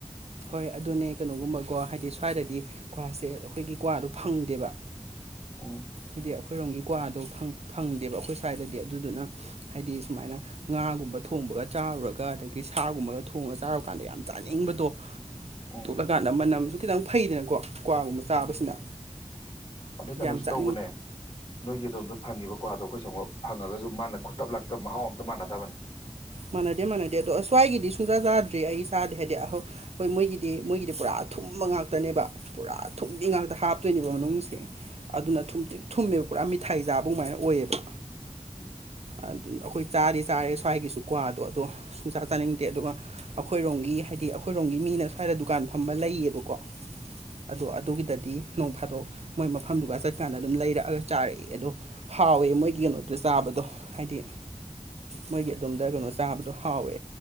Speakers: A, on the right (about 70°); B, on the left (about 50°).
A: ꯍꯣꯏ ꯑꯗꯨꯅꯦ ꯀꯩꯅꯣꯒꯨꯝꯕꯀꯣ ꯍꯥꯏꯗꯤ ꯁꯋꯥꯏꯗꯗꯤ ꯀ꯭꯭ꯋꯥꯁꯦ ꯑꯩꯈꯣꯏꯒꯤ ꯀ꯭ꯋꯥꯗꯣ ꯐꯪꯗꯦꯕ
B: ꯎꯝ
A: ꯍꯥꯏꯗꯤ ꯑꯩꯈꯣꯏꯔꯣꯝꯒꯤ ꯀ꯭ꯋꯥꯗꯣ ꯐꯪꯗꯦꯕ ꯑꯩꯈꯣꯏ ꯁ꯭ꯋꯥꯏꯗꯗꯤ ꯑꯗꯨꯗꯨꯅ ꯍꯥꯏꯗꯤ ꯁꯨꯃꯥꯏꯅ ꯉꯥꯒꯨꯝꯕ ꯊꯣꯡꯕꯒ ꯆꯥꯔꯨꯔꯒ ꯑꯗꯒꯤ ꯁꯥꯒꯨꯝꯕꯒ ꯊꯣꯡꯉꯒ ꯆꯥꯔꯨꯀꯥꯟꯗ ꯌꯥꯝ ꯆꯥꯅꯤꯡꯕꯗꯣ
B: ꯎꯝ
A: ꯇꯣꯛꯂꯀꯥꯟꯗ ꯃꯅꯝꯁꯨ ꯈꯤꯇꯪ ꯐꯩꯗꯅꯀꯣ ꯀ꯭ꯋꯥꯒꯨꯝꯕ ꯆꯥꯕꯁꯤꯅ
B: ꯑꯣ ꯑꯗꯩ ꯀꯩꯅꯣꯁꯨ
A: ꯌꯥꯝ ꯆꯥꯏ
B: ꯇꯧꯕꯅꯦ ꯅꯣꯏꯒꯤ ꯑꯗꯣꯝꯗ ꯐꯪꯉꯤꯕ ꯀ꯭ꯋꯥꯗꯣ ꯑꯩꯈꯣꯏ ꯁꯣꯝꯗ ꯐꯪꯉꯒꯁꯨ ꯃꯥꯅ ꯈꯨꯠꯇꯞ ꯂꯥꯛꯇꯕ ꯃꯍꯥꯎ ꯑꯝꯇ ꯃꯥꯟꯅꯗꯕꯅꯤ
A: ꯃꯥꯟꯅꯗꯦ ꯃꯥꯟꯅꯗꯦ ꯑꯗꯣ ꯁꯋꯥꯏꯒꯤꯗꯤ ꯁꯨꯡꯁꯥ ꯆꯥꯗ꯭ꯔꯤ ꯑꯩ ꯆꯥꯗꯦ ꯍꯥꯏꯗꯤ ꯑ <unintelligible> ꯍꯣꯏ ꯃꯣꯏꯒꯤꯗꯤ ꯃꯣꯏꯒꯤꯗꯤ ꯄꯨꯔꯥ ꯑꯊꯨꯝꯕꯤ ꯉꯥꯛꯇꯅꯦꯕ ꯄꯨꯔꯥ ꯊꯨꯝꯕꯤ ꯉꯥꯛꯇ ꯍꯥꯞꯇꯣꯏꯅꯦꯕ ꯃꯅꯨꯡꯁꯦ ꯑꯗꯨꯅ ꯊꯨꯝꯇꯤꯛ ꯊꯨꯝꯃꯦꯕ ꯄꯨꯔꯥ ꯃꯤꯊꯥꯏ ꯆꯥꯕꯒꯃꯥꯏꯅ ꯑꯣꯏꯌꯦꯕ
B: ꯎꯝ
A: ꯑꯗꯨ ꯑꯩꯈꯣꯏ ꯆꯥꯗꯤ ꯆꯥꯔꯦ ꯁ꯭ꯋꯥꯏꯒꯤꯁꯨ ꯀ꯭ꯋꯥꯗꯣ ꯑꯗꯣ ꯁꯨꯡꯆꯥꯥ ꯆꯥꯅꯤꯡꯗꯦ ꯑꯗꯨꯒ ꯑꯩꯈꯣꯏꯔꯣꯝꯒꯤ ꯍꯥꯏꯗꯤ ꯑꯩꯈꯣꯏꯔꯣꯝꯒꯤ ꯃꯤꯅ ꯁ꯭ꯋꯥꯏꯗ ꯗꯨꯀꯥꯟ ꯐꯝꯕ ꯂꯩꯌꯦꯕꯀꯣ ꯑꯗꯣ ꯑꯗꯨꯒꯤꯗꯗꯤ ꯅꯣꯡ ꯐꯥꯗꯣꯛ ꯃꯣꯏ ꯃꯐꯝꯗꯨꯒ ꯆꯠꯀꯥꯟꯗ ꯑꯗꯨꯝ ꯂꯩꯔꯛꯑꯒ ꯆꯥꯔꯛꯑꯦ ꯑꯗꯣ ꯍꯥꯎꯋꯦ ꯃꯣꯏꯒꯤ ꯀꯩꯅꯣꯗꯣ ꯆꯥꯕꯗꯣ ꯍꯥꯏꯗꯤ ꯃꯣꯏꯒꯤ ꯑꯗ ꯗ ꯀꯩꯅꯣ ꯆꯥꯕꯗꯣ ꯍꯥꯎꯋꯦ